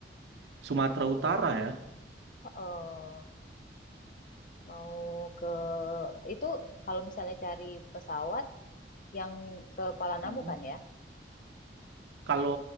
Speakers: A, on the right; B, on the left.
A: Sumatera Utara ya?
B: Heeh, mau ke itu kalau misalnya cari pesawat yang ke Kuala
A: Mm-mm.
B: Namu kan ya?
A: Kalau